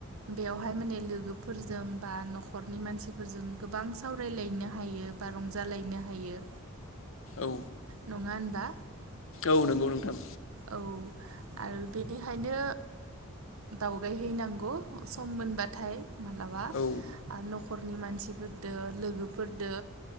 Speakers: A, on the right; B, on the left.
A: बेवहाय माने लोगोफोरजों बा न'खरनि मानसिफोरजों गोबां सावरायलायनो हायो बा बा रंजालायनो हायो
B: औ
A: नङा होनबा,
B: औ नंगौ नोंथां,
A: औ आरो बेनिखायनो दावगाय हैैनांगौ सम मोनबाथाय, मालाबा
B: औ
A: आ न'खरनि मानसिफोरदो लोगोफोरदो,